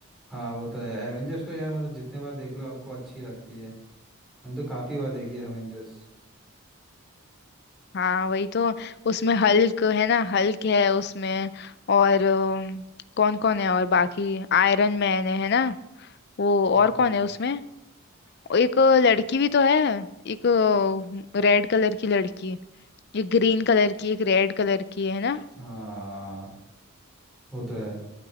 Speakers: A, in the centre; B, on the left.
A: हाँ वो तो है एवेंजर्स तो यार मतलब जितने बार देख लो आपको अच्छी लगती है मैंने तो काफी बार देखी है एवेंजर्स
B: हाँ वही तो उसमें हल्क है ना हल्क है उसमें और कौन कौन है और बाकी आयरन मैन है है ना वो
A: हम्म
B: और कौन है उसमें एक अ, लड़की भी तो है एक रेड कलर की लड़की एक ग्रीन कलर की एक रेड कलर की है ना
A: हाँ वो तो है